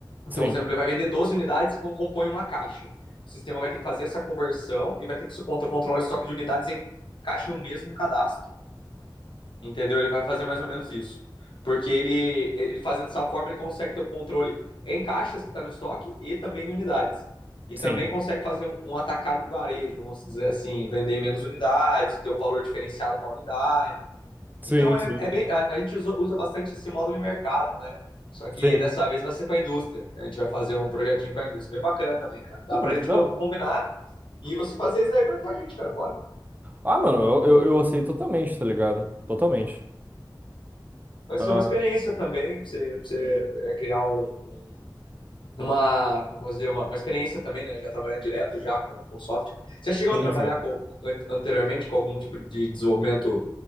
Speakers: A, on the left (about 80°); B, on the right (about 20°).
A: Então,
B: Sim,
A: por exemplo, ele vai vender 12 unidades que compõem uma caixa. O sistema vai ter que fazer essa conversão e vai ter que controlar o estoque de unidades em caixa o mesmo cadastro. Entendeu? Ele vai fazer mais ou menos isso. Porque ele, ele fazendo dessa forma, ele consegue ter o controle em caixas que está no estoque e também em unidades. E
B: sim,
A: também consegue fazer um, um atacado em varejo, vamos dizer assim, vender menos unidades, ter um valor diferenciado para a unidade.
B: sim,
A: Então é,
B: sim,
A: é bem, a, a gente usa, usa bastante esse módulo de mercado, né? Só que
B: sim.
A: dessa vez vai ser para a indústria. A gente vai fazer um projetinho para a indústria. Bem bacana também, cara. Dá
B: Pô,
A: para
B: mas
A: a gente
B: que da
A: combinar
B: hora.
A: e você fazer isso aí para a gente, cara. Bora.
B: Ah, mano, eu, eu, eu aceito totalmente, tá ligado? Totalmente.
A: Vai
B: Ah,
A: ser uma experiência também, pra você, pra você é, criar um, um, uma, como posso dizer, uma, uma experiência também, né? Já trabalhando direto já com, com software. Você chegou
B: sim,
A: a trabalhar
B: sim.
A: com, anteriormente com algum tipo de desenvolvimento